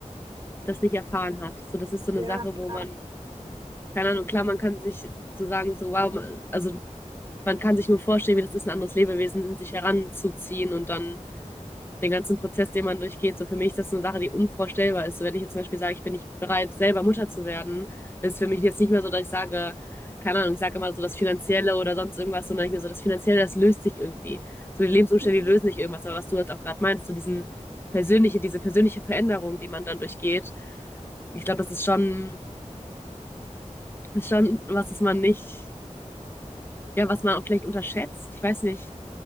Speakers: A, on the left (about 20°); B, on the right (about 35°).
A: das nicht erfahren hat. So, das ist so eine
B: ja,
A: Sache,
B: klar.
A: wo man, keine Ahnung, klar, man kann sich so sagen, so, wow, man, also man kann sich nur vorstellen, wie das ist, ein anderes Lebewesen in sich heranzuziehen und dann den ganzen Prozess, den man durchgeht. So für mich ist das eine Sache, die unvorstellbar ist. So wenn ich jetzt zum Beispiel sage, ich bin nicht bereit, selber Mutter zu werden, ist für mich jetzt nicht mehr so, dass ich sage, keine Ahnung, ich sage immer so das Finanzielle oder sonst irgendwas, sondern ich mir so, das Finanzielle, das löst sich irgendwie. So die Lebensumstände,
B: Mhm.
A: die lösen nicht irgendwas. Aber was du jetzt auch gerade meinst, so diesen persönliche, diese persönliche Veränderung, die man dann durchgeht, ich glaube, das ist schon, ist schon was, was man nicht, ja, was man vielleicht unterschätzt. Ich weiß nicht.